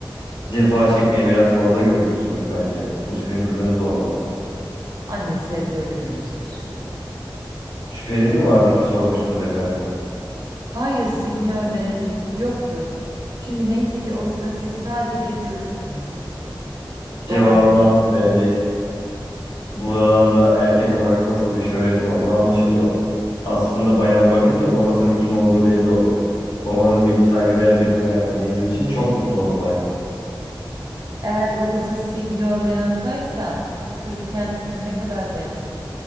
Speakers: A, on the left (about 80°); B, on the right (about 50°).
A: Cefa çekmeye biraz fazla gönüllüsünüz bence. Bu sizin kızınız olmalı.
B: Annesi hep öyle demiştir.
A: Şüpheniz mi vardı ki sormuştunuz efendim?
B: Hayır Signor Benedik yoktu. Çünkü neyse ki o sıra siz sadece bir çocuktunuz.
A: Cevabını
B: Dom
A: aldım Benedik. Buradan da erkek olarak nasıl bir şöhretin olduğu anlaşılıyor. Aslında bayana bakınca babasının kim olduğu belli oluyor. Babanız gibi saygıdeğer birine benzediğiniz için çok mutlu olun bayan.
B: Eğer babası Signor Lenotto ise kızı kendisine ne kadar benz